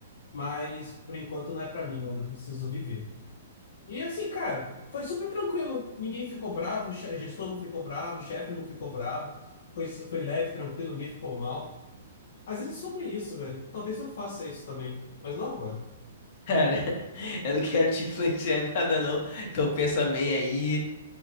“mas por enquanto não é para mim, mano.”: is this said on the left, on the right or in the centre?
Left